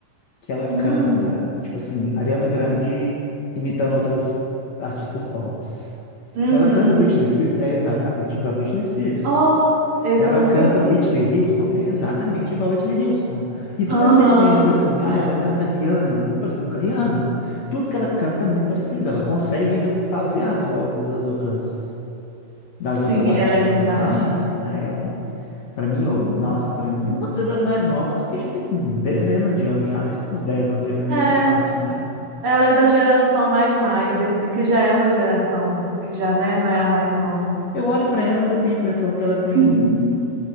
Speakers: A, on the left; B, on the right.
A: que ela
B: Hum,
A: canta, tipo assim, Ariana Grande imitando outras artistas pop.
B: uhum.
A: Ela canta Britney Spears, é exatamente igual a Britney Spears.
B: Oh, esse
A: Ela
B: eu nunca
A: canta
B: vi.
A: Whitney Houston,
B: Bonitinho.
A: é exatamente igual a Whitney Houston. E tudo
B: Aham.
A: em sequência, assim, ah, ela canta Rihanna, é muito parecido com a Rihanna. Tudo que ela canta é muito parecido, ela consegue ainda fazer as vozes das outras das
B: Sim,
A: outras artistas,
B: ela é muito artista.
A: sabe? A ela, hein? Pra mim, eu- nossa, pra mim, eu não vou dizer das mais novas, porque já tem dezena de anos já, né? Já tem uns 10 anos de Ariana
B: É,
A: Grande fácil, né?
B: ela é da geração mais Maide, assim, que já é uma geração que já, né, não é a mais nova.
A: Eu olho pra ela, eu ainda tenho a impressão que ela tem
B: <laughs>